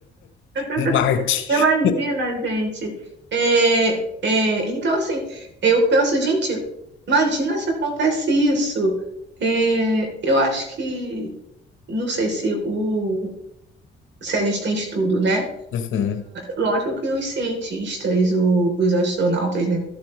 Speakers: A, on the right; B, on the left.
A: <laughs>
B: em Marte.
A: Imagina, gente. É, é, então, assim, eu penso, gente, imagina se acontece isso. É, eu acho que. Não sei se o. Se a gente tem estudo, né?
B: Uhum,
A: Lógico que os cientistas, o- os astronautas, né?